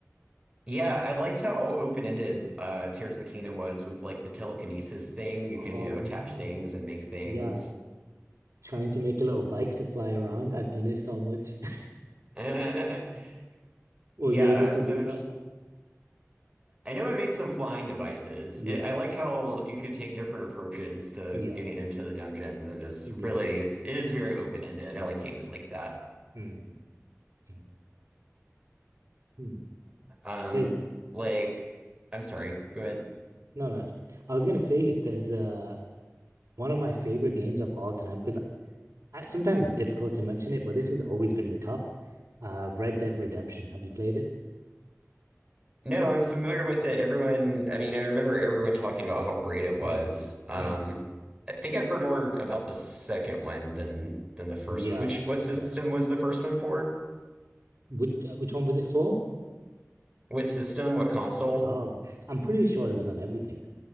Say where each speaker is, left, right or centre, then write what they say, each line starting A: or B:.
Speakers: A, on the right; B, on the right.
A: Yeah, I liked how open-ended uh, Tears of the Kingdom was with like the telekinesis thing. You
B: Oh
A: can, you know,
B: yeah,
A: attach things and make things.
B: yeah. Trying to make a little bike to fly around. I've done it so much. <laughs>
A: <laughs>
B: Were
A: Yeah,
B: you able to
A: so
B: do that?
A: it's- I know I made some flying devices.
B: Yeah,
A: It, I like how you could take different approaches to
B: yeah,
A: getting
B: yeah,
A: into the dungeons and just
B: yeah.
A: really it's it is very open-ended. I like games like that.
B: Mm, mm, mm.
A: Um,
B: There's
A: like, I'm sorry, go ahead.
B: no, no. It's fine. I was gonna say there's uh one of my favorite games of all time because I, sometimes it's difficult to mention it, but this has always been the top. Uh, Red Dead Redemption. Have you played it?
A: No, I'm familiar with it. Everyone, I mean, I remember everyone talking about how great it was.
B: Mm,
A: Um,
B: mm.
A: I think I've heard more about the second one than than the first
B: Yeah,
A: one. Which what system
B: yeah.
A: was the first one for?
B: Which uh, which one was it for?
A: What system? What console?
B: Oh, I'm pretty sure it was on everything.